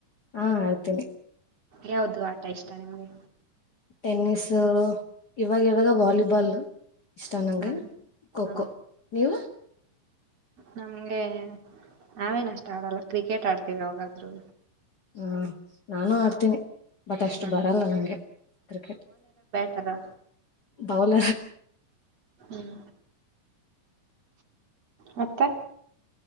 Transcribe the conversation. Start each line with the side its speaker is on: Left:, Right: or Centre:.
Left: ಹಾ ಆಡ್ತೀನಿ
Right: ಯಾವ್ದು ಆಟ ಇಷ್ಟ ನಿಮ್ಗೆ.
Left: ಟೆನ್ನಿಸ್ ಅ ಇವಾಗ ಇವಾಗ ವಾಲಿಬಾಲ್ ಇಷ್ಟ
Right: ಹ್ಮ
Left: ನಂಗೆ ಖೋ-ಖೋ
Right: ಹಾ
Left: ನೀವು.
Right: ನಮ್ಗೆ ಆವೇನ್ ಅಷ್ಟ ಆಡಲ್ಲ ಕ್ರಿಕೆಟ್ ಆಡ್ತೀವಿ ಯವಾಗಾದ್ರೂ
Left: ಹ್ಮ ನಾನು ಆಡ್ತೀನಿ ಬಟ್ ಅಷ್ಟು
Right: ಹ್ಮ್
Left: ಬರಲ್ಲ ನಂಗೆ ಕ್ರಿಕೆಟ್.
Right: ತರ
Left: ಬೌಲ
Right: ಹ್ಮ್ ಮತ್ತೆ.